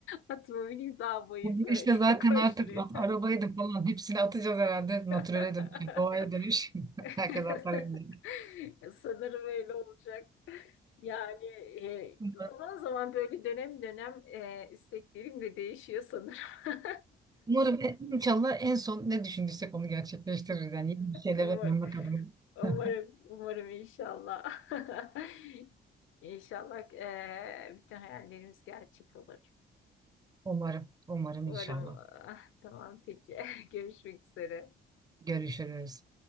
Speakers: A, on the left; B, on the right.
A: atıma bineyim dağ bayır
B: Bu girişle
A: böyle
B: zaten
A: <laughs> koşturuyor.
B: artık at- arabayı da falan hepsini atacağız herhalde.
A: <laughs>
B: Natürele dönüş, doğaya dönüş. <laughs>
A: <laughs>
B: Herkes atlar edecek.
A: Sanırım öyle olacak. Yani e,
B: Umarım
A: zaman zaman böyle dönem dönem e, isteklerim de değişiyor sanırım. <laughs>
B: umarım e, inşallah en son ne düşündüysek onu gerçekleştiririz. Yani yeni bir şeyler
A: Umar-
B: öğrenmek adına.
A: Umarım,
B: <laughs>
A: umarım inşallah. <laughs> İnşallah e, bütün hayallerimiz gerçek olur.
B: Umarım, umarım
A: Umarım.
B: inşallah.
A: Ah, Tamam peki. <laughs> Görüşmek üzere.
B: Görüşürüz.